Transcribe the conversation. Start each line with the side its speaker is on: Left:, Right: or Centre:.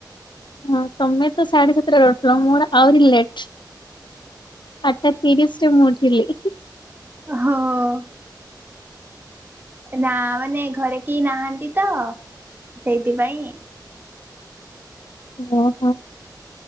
Left: ହଁ ତମେ ତ ସାଢେ ସାତଟା ରହୁଥିଲ ମୋର ଆହୁରି ଲେଟ୍। ଆଠ ଟା ତିରିଶରେ ମୁଁ ଉଠିଲି।
Right: ଅ ହଁ। ନା ମାନେ ଘରେ କେହି ନାହାନ୍ତି ତ ସେଇଥିପାଇଁ
Left: ଓହୋ